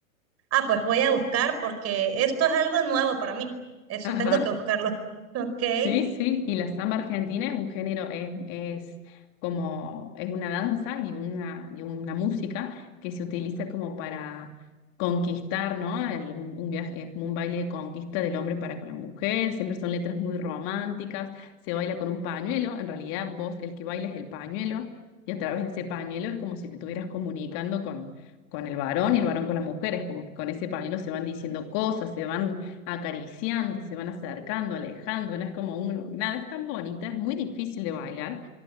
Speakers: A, on the right; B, on the left.
A: ah, pues voy a buscar porque esto es algo nuevo para mí. Eso
B: Ajá.
A: tengo que buscarlo. <laughs> Ok, qué
B: Sí, sí, y la samba argentina es un género, es, es como, es una danza y una, y una música que se utiliza como para conquistar, ¿no? El- un, un viaje, es como un baile de conquista del hombre para con la mujer, siempre son letras muy románticas, se baila con un pañuelo, en realidad vos el que baila es el pañuelo, y a través de ese pañuelo es como si te estuvieras comunicando con, con el varón y el varón con la mujer, es como que con ese pañuelo se van diciendo cosas, se van acariciando, se van acercando, alejando, no es como un, nada, es tan bonita, es muy difícil de bailar